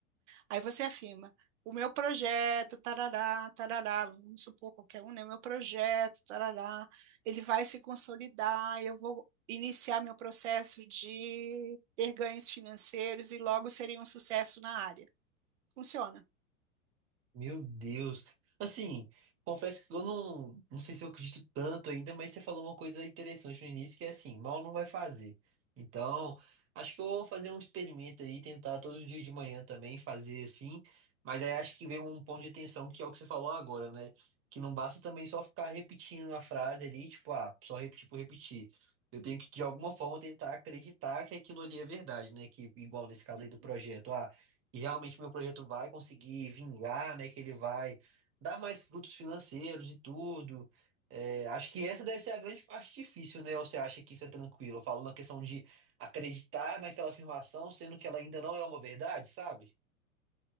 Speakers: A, on the right; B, on the right.
A: Aí você afirma, o meu projeto, tarará, tarará, vamos supor qualquer um, né? O meu projeto, tarará, ele vai se consolidar, eu vou iniciar meu processo de ter ganhos financeiros e logo serei um sucesso na área. Funciona.
B: Meu Deus. Assim, confesso que eu não, não sei se eu acredito tanto ainda, mas você falou uma coisa interessante no início, que é assim, mal não vai fazer. Então, acho que eu vou fazer um experimento aí, tentar todo dia de manhã também fazer assim, mas aí acho que vem um ponto de atenção que é o que você falou agora, né? Que não basta também só ficar repetindo a frase ali, tipo, ah, só repetir por repetir. Eu tenho que, de alguma forma, tentar acreditar que aquilo ali é verdade, né? Que, igual nesse caso
A: Uhum.
B: aí do projeto, ah. E realmente meu projeto vai conseguir vingar, né? Que ele vai dar mais frutos financeiros e tudo. É, acho que essa deve ser a grande parte difícil, né? Ou você acha que isso é tranquilo? Eu falo na questão de acreditar naquela afirmação, sendo que ela ainda não é uma verdade, sabe?